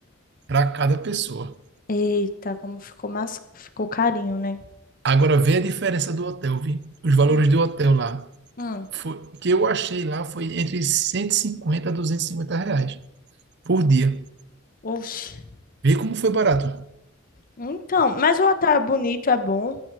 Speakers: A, on the right (about 55°); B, on the left (about 40°).
A: para cada pessoa.
B: Eita, como ficou mais. Ficou carinho, né?
A: Agora vê a diferença do hotel, vi? Os valores
B: Hum.
A: do hotel lá.
B: Hum.
A: Foi, que eu achei lá foi entre 150 a 250 reais por dia.
B: Oxe.
A: Vê como foi barato.
B: Então, mas o hotel é bonito, é bom.